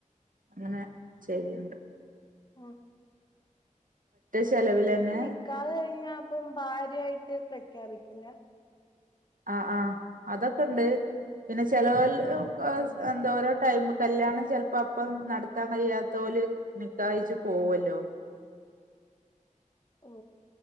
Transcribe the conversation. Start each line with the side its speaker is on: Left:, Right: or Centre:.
Right: അങ്ങനെ ചെയ്യിണ്ട്
Left: ആഹ
Right: ചെലവിലന്നെ
Left: ഓ അപ്പൊ നിക്കാഹ് കഴിഞ്ഞ അപ്പം ഭാര്യയായിട്ട് പ്രഖ്യാപിക്കില്ല
Right: ആ ആ അതൊക്കെണ്ട് പിന്നെ ചെലവെ <unintelligible>
Left: ഉം
Right: ടൈമ് കല്യാണം ചിലപ്പോ അപ്പം നടത്താൻ കഴിയാത്തോല് നിക്കാഹ് കയ്ച്ച് പോവോല്ലോ
Left: ഓഓ